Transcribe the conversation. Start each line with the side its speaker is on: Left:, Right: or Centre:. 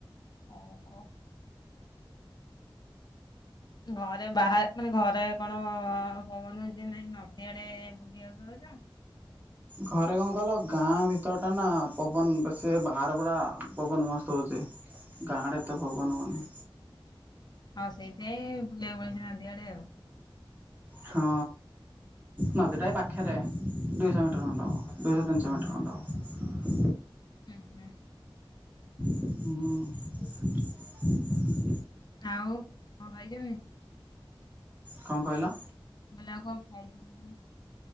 Left: ଓହୋ। ଘରେ ବାହା ମାନେ ଘରେ କଣ ପବନ ହଛି ନାହିଁ ନଦିଆଡେ ବୁଲିିବାସ ଯାଉଛ? <inaudible>
Right: ଘରେ କଣ କହିଲ ଗାଁ ଭିତର ଟା ନା ପବନ ବେଶୀ ବାହାର ପୁରା ପବନ ମସ୍ତ ହଉଛି। ଗାଁଡ଼େ ଏତେ ପବନ ହଉନି।
Left: ହଉ ସେଇଥିାଇଁ ବୁଲେଇିବାକୁ ବଳେଇ ନନ୍ତଆଡେ ଆଉ
Right: ହଁ ନଦୀଟା ଏ ପାଖେରେ। ଦୁଇଶହ ମିଟର ଖଣ୍ଡ ହବ ଦୁଇଶ ତିନିଶ ମିଟର ଖଣ୍ଡ
Left: ହୁଁ ହୁଁ।
Right: ହଁ।
Left: ଆଉ କଁଅ ଖାଇଛ।
Right: କଣ କହିଲ?
Left: ମୁଁ କଇଲି ଆଉ କଣ ଖାଇଚନ୍ତି?